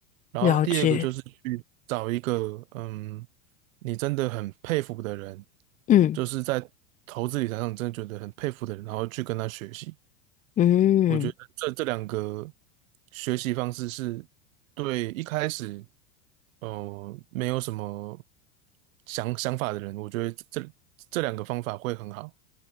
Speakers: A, on the right (about 75°); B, on the left (about 20°).
A: 然后第二个就是去找一个嗯，
B: 了解。
A: 你真的很佩服的人，
B: 嗯
A: 就是在投资理财上你真的觉得很佩服的人，然后去跟他学习。
B: 嗯，
A: 我觉得这这两个学习方式是对一开始呃没有什么想想法的人，我觉得这这这两个方法会很好。